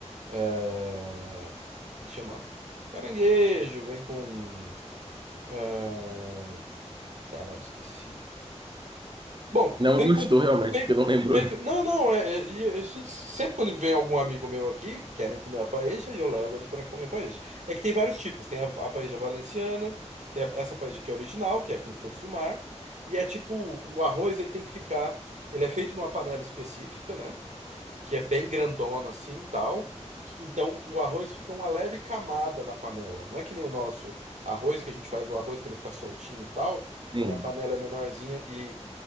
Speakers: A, on the right; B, on the right.
A: É, Como é que chama? Caranguejo, vem com. é, Caralho, esqueci. Bom,
B: Não
A: vem
B: gostou
A: com.
B: realmente,
A: Bacon,
B: porque não lembrou.
A: bacon. Não, não, é, é- e a gente, sempre quando vem algum amigo meu aqui, querem comer a paella, e eu levo eles para comer a paella. É que tem vários tipos, tem a, a paella valenciana, tem a- essa paella que é original, que é com frutos do mar, e é tipo, o arroz ele tem que ficar, ele é feito numa panela específica, né? que é bem grandona assim, e tal. Então o arroz fica uma leve camada na panela. Não é que nem o nosso arroz que a gente faz o arroz para ele ficar soltinho, e tal,
B: Sim.
A: e a panela é menorzinha e,